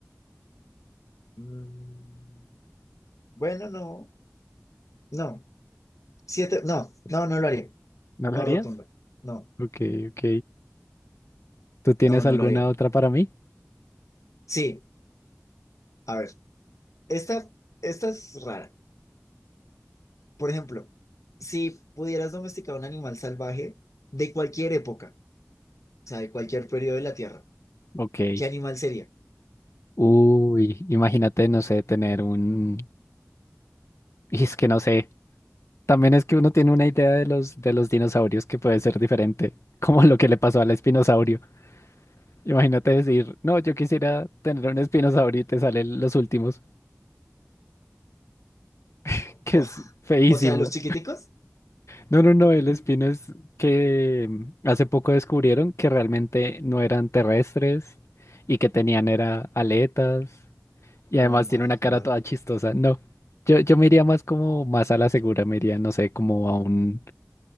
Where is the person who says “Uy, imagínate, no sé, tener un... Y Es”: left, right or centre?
Left